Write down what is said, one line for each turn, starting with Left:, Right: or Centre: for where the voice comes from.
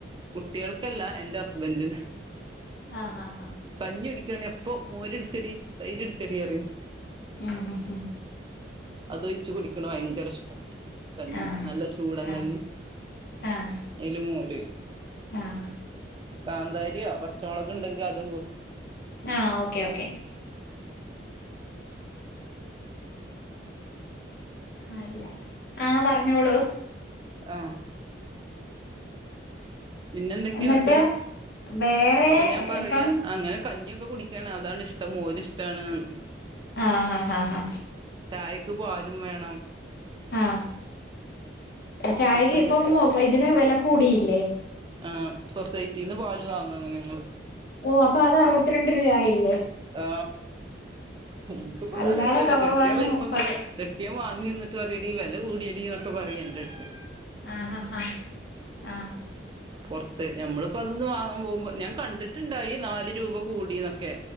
Right: കുട്ടികൾക്കല്ല എൻ്റെ ഹസ്ബൻഡിന്
Left: ആഹ് ആഹ് ആഹ്
Right: കഞ്ഞുടിക്കാണെ അപ്പൊ മോരടുക്കടി തൈര്ട് ക്കടി പറയും
Left: ഉം ഉം ഉം
Right: അത് ഒയ്ച്ചു കുടിക്കണ ഭയങ്കര ഇഷ്ട കഞ്ഞി
Left: ആഹ്
Right: നല്ല ചൂടൻ
Left: ആഹ്
Right: കഞ്ഞി
Left: ആഹ്
Right: അയ്ല് മോരൊയ്ച്ച്
Left: ആഹ്
Right: കാന്താരിയോ പച്ചമുളക് ഉണ്ടെങ്കി അതും
Left: ആ ഓക്കെ ഓക്കെ
Right: ഉം
Left: ആ ഇല്ല ആ പറഞ്ഞോളൂ
Right: ആ പിന്നെന്തൊക്കെയാണ്ത്ത
Left: എന്നിട്ട് വേറെ
Right: അപ്പൊ ഞാൻ പറയാ
Left: ഇപ്പം
Right: അങ്ങനെ കഞ്ഞിയൊക്കെ കുടിക്കാ അതാണ് ഇഷ്ടം മോരിഷ്ടണ് ന്ന്
Left: ആഹ് ഹഹ ഹഹാ
Right: ചായക്ക് പാലും വേണം
Left: ആഹ് ചായക്ക്
Right: കട്ടൻ
Left: ഇപ്പം
Right: ചാ
Left: ഇതിന് വില കൂടിയില്ലേ
Right: ആ സൊസൈറ്റിന്ന് പാല് വാങ്ങും അങ്ങനെ ഞങ്ങള്
Left: ഓ അപ്പൊ അത് അറുപത്തിരണ്ട് രൂപയായില്ലേ
Right: ആ എനിക്കിപ്പ അത്
Left: അല്ലാതെ
Right: അറിയിലല്ലോ
Left: കവർ
Right: കെട്ടിയോൻ
Left: പാലിന്
Right: വരുമ്പിങ്ങനെ
Left: മുപ്പത്
Right: കെട്ടിയോൻ വാങ്ങി
Left: ഉം
Right: വന്നിട്ട് പറയും ഡീ നല്ല കൂടിയടി എന്നൊക്കെ പറയും എൻന്റെടുത്ത്
Left: ആഹ ഹഹ ആഹ്
Right: പുൊറത്ത് ഞമ്മളിപ്പോ അതൊന്ന് വാങ്ങാൻ പോകുമ്പോ ഞാൻ കണ്ടിട്ട്ണ്ടായി നാല് രൂപ കൂടീന്നൊക്കെ